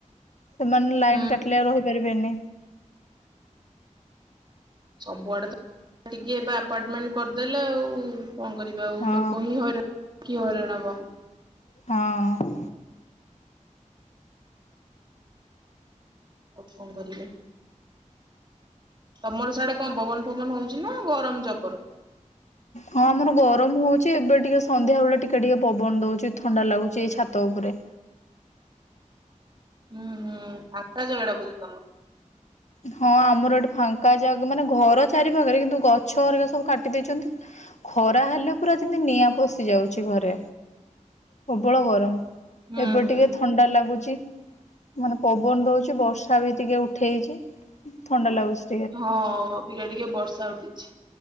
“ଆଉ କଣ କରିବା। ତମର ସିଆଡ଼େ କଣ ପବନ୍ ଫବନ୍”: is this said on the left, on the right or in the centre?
Right